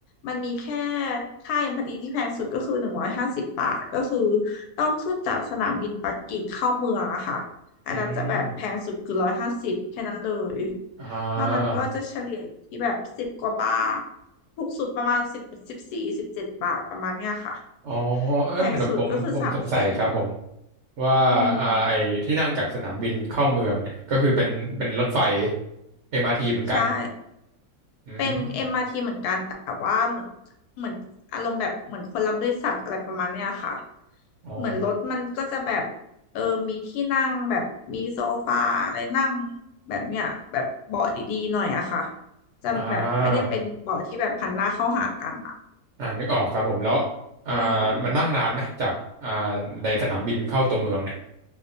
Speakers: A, on the left (about 80°); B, on the right (about 60°).
A: มันมีแค่ค่าเอ็มพาตีที่แพงสุดก็คือหนึ่งร้อยห้าสิบบาทก็คือต้องขึ้นจากสนามบินปักกิ่งเข้าเมืองอะค่ะอันนั้นจะแบบแพงสุดคือร้อยห้าสิบแค่นั้นเลย
B: อืมอ่า
A: นอกนั้นก็จะเฉลี่ยอยู่ที่แบบสิบกว่าบาทถูกสุดประมาณสิบสิบสี่สิบเจ็ดบาทประมาณเนี้ยค่ะ
B: อ๋อเอ้อเดี๋ยวผมผมสงสัยครับผม
A: แพงสุดก็คือสามสี่
B: ว่าอ่าไอ้ที่นั่งจากสนามบินเข้าเมืองเนี่ยก็คือเป็นเป็นรถไฟ
A: อืม
B: MRT เหมือนกัน
A: ใช่
B: อืม
A: เป็น m ทีเหมือนกันแต่ว่าเหมือนเหมือนอารมณ์แบบเหมือนคนรับบริษัทอะไรประมาณเนี้ยค่ะ
B: อ๋อ
A: เหมือนรถมันก็จะแบบเออมีที่นั่งแบบมีโซฟาอะไรนั่งแบบเนี้ยแบบเบาะดีๆหน่อยอะค่ะจะแบบไม่ได้เป็นเบาะที่แบบหันหน้าเข้าหากันอะ
B: อ่าอ่านึกออกครับผมแล้วอ่า
A: อืม
B: มันนั่งนานไหมจากอ่าในสนามบินเข้าตัวเมืองเนี่ย